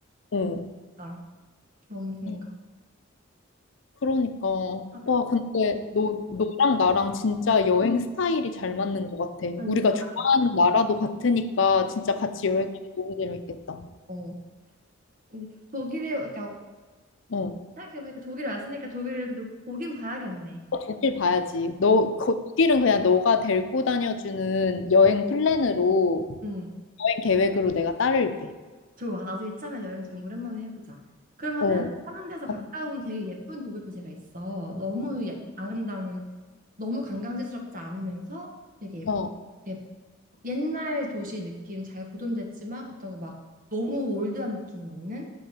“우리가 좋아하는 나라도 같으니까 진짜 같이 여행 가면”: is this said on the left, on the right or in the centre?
Left